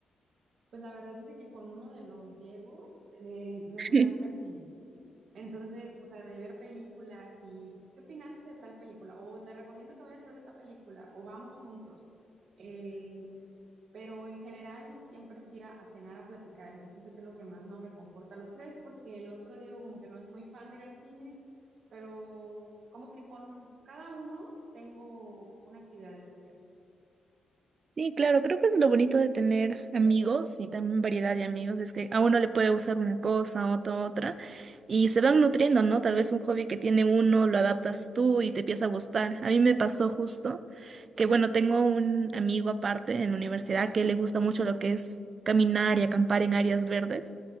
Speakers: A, on the right; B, on the right.
A: Pues la verdad es de que con uno de los Diegos le-
B: <laughs>
A: nos encanta el cine. Entonces, o sea, de ver películas y ¿qué opinaste de tal película? O te recomiendo que vayas a ver esta película, o vamos juntos. Eh, pero en general siempre es ir a, a cenar a platicar y yo siento que es lo que más nos reconforta a los tres porque el otro Diego como que no es muy fan de ir al cine, pero como que con cada uno tengo una actividad especial.
B: Sí, claro, creo que eso es lo bonito de tener amigos y también variedad de amigos, es que a uno le puede gustar una cosa, a otro otra, y se van nutriendo, ¿no? Tal vez un hobby que tiene uno lo adaptas tú y te empieza a gustar. A mí me pasó justo que, bueno, tengo un amigo aparte en la universidad que le gusta mucho lo que es caminar y acampar en áreas verdes,